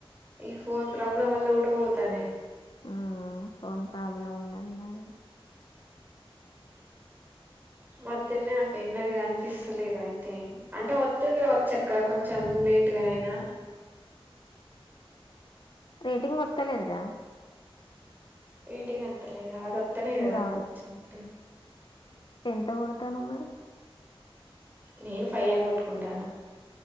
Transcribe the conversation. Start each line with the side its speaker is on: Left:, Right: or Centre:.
Right: ఈ ఫోన్ ప్రాబ్లమ్ వాళ్ళ కూడ పోతాన్నాయ్
Left: ఆ ఫోన్ ప్రాబ్లం ఉన్నది నాది
Right: మధ్యనే నాకు ఎన్నదిగా అనిపిస్తలేదు ఆయన అే అంటే వత్తదిగా వచ్చక్క కొంచెం లేట్గానైనా
Left: రేటింగ్ గొత్తలేదురా
Right: రేటింగ్ వత్త లేదా అదొత్తనయి కదా
Left: రావాలి
Right: నాకు వచ్చినట్టు
Left: ఎట్ట కొడుతానవ్ మరి
Right: నేను ఫైవ్ అని కొట్టుకుంటానా